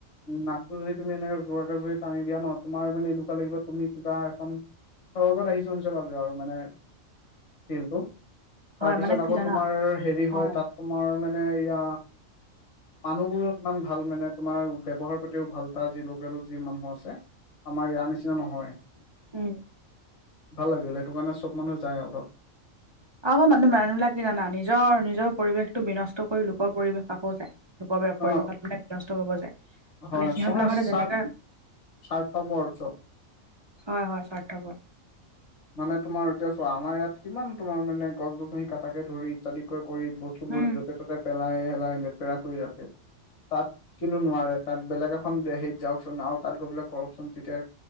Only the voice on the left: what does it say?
উ নাকটো যদি তুমি এনেকে যাকে যৰি টানি দিয়া ন তোমাৰানে এনেকুৱা লাগিব তুমি কিবা এখন চৰগত আহিছ <unintelligible> আৰু মানে ফিলটো তাৰপিছত
আকৌ
তোমাৰ হেৰি হয়
তাত তোমাৰ মানে এয়া মানুহবোৰো ইমান ভাল মানে তোমাৰ ব্যৱহাৰ প্ৰতিাতিও ভাল তাৰ যি লোকেল যি মানুহ আছে। আমাৰ ইয়াৰ নিচিনা নহয়,
ভাল লাগিলে। সেইটো কাৰণে, চব মানুহ যায় আৰু তাত।
অ
হয়,
তোমাৰ
স্বাৰ্থ,
স্বাৰ্থপৰ চব।
মানে, তোমাৰ এতিয়া চোৱা? আমাৰ ইয়াত, কিমান তোমাৰ মানে, গছ-গছনি কাটাকে ধৰি, ইত্যাদিকৈ কৰি বস্তুবোৰ
য'তে-ত'তে পেলাই-হেলাই লেতেৰা কৰি ৰাখে। তাত, কিনো নোৱাৰে। তাত বেলেগ এখন সেৰিত যাওঁকচোন আৰু তাত, গৈ পেলাই কৰকচোন। তেতিয়া,